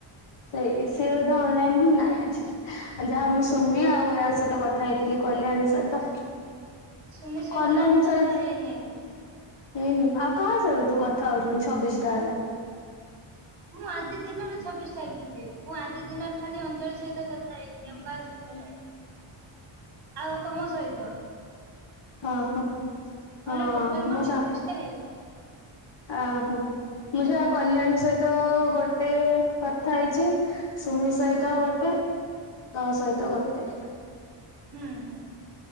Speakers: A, on the left; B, on the right.
A: ସେଇ ସିଏ ବୋଧେ ଅନଲାଇନ ହିଁ ନାହିଁ। ଯାହା ମୁଁ ସୌମ୍ୟା ଆଉ ୟା ସହିତ କଥା ହେଇଥିଲି କଲ୍ୟାଣୀ ସହିତ।
B: ସୁମି ସହିତ
A: କଲ୍ୟାଣୀ
B: ତ ମୁଁ କଥା
A: ସହିତ
B: ହେଇନି ଏବେ।
A: କାହା ସହିତ ତୁ କଥା ହଉଥିଲୁ ଛବିଶ ଟା ହେଲା?
B: ମୁଁ ଆଜି ଦିନରେ ଛବିଶ ଟା କିଏ ମୁଁ ଆଜି ଦିନରେ ଖାଲି ଅଞ୍ଜଳି ସହିତ କଥା ହେଇଛି
A: ହୁଁ
B: ଆଉ କାହା ସହିତ
A: ହୁଁ।
B: ନାହିଁ। ଆଉ ତମ ସହିତ। ନହେଲେ
A: ହଁ ହଁ ହଁ
B: ଟୋଟାଲ ମୋର
A: ମୋ
B: ଛବିଶ
A: ସା
B: ଟା ହେଇଛି।
A: ଓହୋ। ମୁଁ ଯାହା କଲ୍ୟାଣୀ ସହିତ ଗୋଟେ କଥା ହେଇଛି। ସୁମି ସହିତ ଗୋଟେ। ତୋ ସହିତ ଗୋଟେ।
B: ହୁଁ ହୁଁ।